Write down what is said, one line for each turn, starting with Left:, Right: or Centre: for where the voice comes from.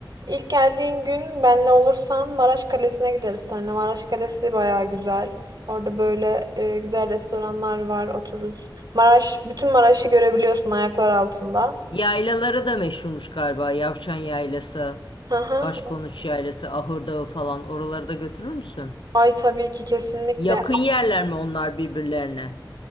Right: İlk geldiğin gün benle olursan Maraş Kalesi'ne gideriz seninle. Maraş Kalesi baya güzel. Orada böyle e, güzel restoranlar var, otururuz. Maraş, bütün Maraş'ı görebiliyorsun ayaklar altında.
Left: Yaylaları da meşhurmuş galiba. Yavşan Yaylası,
Right: Hı hı.
Left: Başkonuş Yaylası, Ahır Dağı falan. Oraları da götürür müsün?
Right: Ay tabii ki kesinlikle.
Left: Yakın yerler mi onlar birbirlerine?